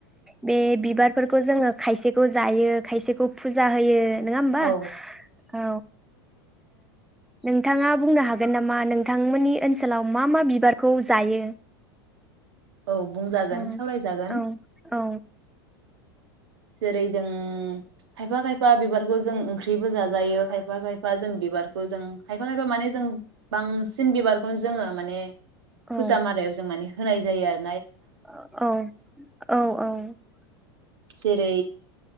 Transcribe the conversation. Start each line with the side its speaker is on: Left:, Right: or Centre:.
Centre: बे बिबारफोरखौ जोङो खायसेखौ जायो खायसेखौ फुजा होयो नङा होमबा
Right: औ
Centre: औ नोंथाङा बुंनो हागोन नामा नोंथांमोननि ओनसोलाव मा मा बिबारखौ जायो
Right: औ बुंजागोन
Centre: औ
Right: सावरायजागोन
Centre: औ औ
Right: जेरै जों खायफा खायफा बिबारखौ जों ओंख्रिबो जाजायो खायफा खायफा जों बिबारखौ जों खायफा खायफा माने जों बांसिन बिबारखौनो जोङो माने
Centre: औ
Right: फुजा मारायाव जों माने होनाय जायो आरो
Centre: औ औ औ
Right: जेरै